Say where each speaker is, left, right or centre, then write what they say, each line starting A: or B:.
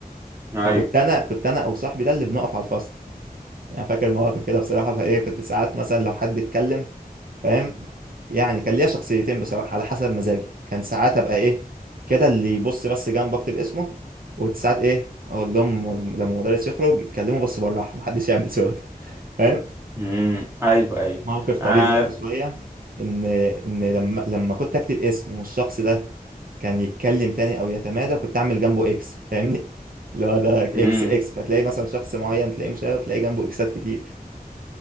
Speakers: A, on the right; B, on the right.
A: ايوه
B: فكنت انا كنت انا او صاحبي ده اللي بنقف على الفصل يعني فاكر مواقف كده بصراحة فايه كنت ساعات مثلا لو حد اتكلم فاهم يعني كان ليا شخصيتين بصراحة على حسب مزاجي كان ساعات ابقى ايه كده اللي يبص بس جنب اكتب اسمه وساعات ايه اقول لهم لما المدرس يخرج يتكلموا بس بالراحة <laughs> محدش يعمل صوت فاهم
A: امم ايوه ايوه
B: موقف طريف
A: آه.
B: برضه شوية ان ان لما لما كنت اكتب اسم والشخص ده كان يتكلم تاني او يتمادى كنت اعمل جنبه اكس فاهمني اللي هو ده اكس
A: امم
B: اكس فتلاقي مثلا شخص معين تلاقيه مشاغب تلاقي جنبه اكسات كتير